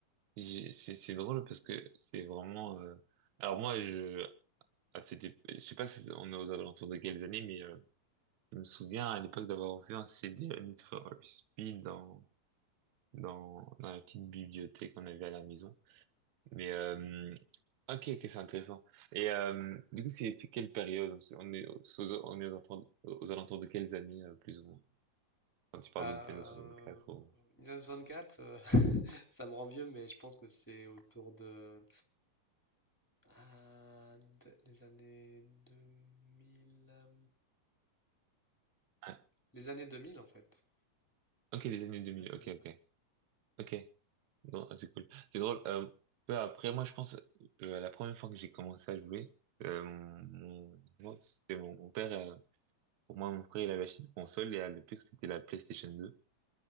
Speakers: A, on the right; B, in the centre.
A: J'ai- C'est c'est drôle parce que c'est vraiment. euh, Alors moi je ah, c'était je sais pas si on est aux alentours de quelles années mais euh, je me souviens à l'époque d'avoir vu un CD à Need for Speed dans dans dans la petite bibliothèque qu'on avait à la maison. Mais euh, ok ok c'est intéressant. Et euh, du coup c'est c'est quelle période? On est aux, on est aux alentours aux alentours de quelles années euh, plus ou moins? Quand tu parles
B: Euh,
A: de Nintendo 64 ou...
B: Nintendo 64, Ça me rend vieux, mais je pense que c'est autour de, ah, de- les années 2000. euh,
A: Ouais.
B: Les années 2000, en fait.
A: Ok, les années deux mille,
B: Les années
A: ok,
B: 2000, ouais.
A: ok. Ok, non, ah, c'est cool. C'est drôle. Euh, peu après, moi, je pense, euh, la première fois que j'ai commencé à jouer, euh, mon, moi, c'était mon, mon père, euh, pour moi, mon frère, il avait acheté une console et à l'époque, c'était la PlayStation 2.